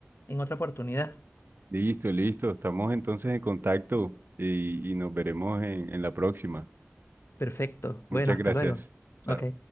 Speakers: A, on the left; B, on the right.
A: en otra oportunidad.
B: Listo, listo. Estamos entonces en contacto y, y nos veremos en en la próxima.
A: Perfecto.
B: Muchas
A: Bueno, hasta
B: gracias.
A: luego.
B: Chao.
A: Ok.